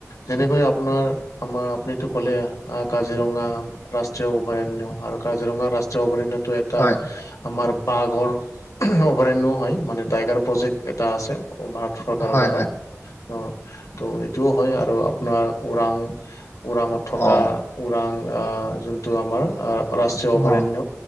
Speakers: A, on the left; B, on the left.
A: যেনেকৈ আপোনাৰ আমাৰ আপনিতো ক'লে কাজিৰঙা ৰাষ্ট্ৰীয় অভয়াৰণ্য আৰু কাজিৰঙা ৰাষ্ট্ৰীয় অভয়াৰণ্যটো এক এটা,
B: হয়
A: আমাৰ বাঘৰ অভয়াৰণ্যও হয়, মানে টাইগাৰ প্ৰজেক্ট এটা আছে, ভাৰত চৰকাৰৰ
B: হয়
A: দ্বাৰা।
B: হয়
A: অ' ত' এইটোও হয় আৰু আপোনাৰ ওৰাং ওৰাঙত থকা
B: অ
A: ওৰাং আহ যোনটো আমাৰ ৰাষ্ট্ৰীয় অভয়াৰণ্য
B: অ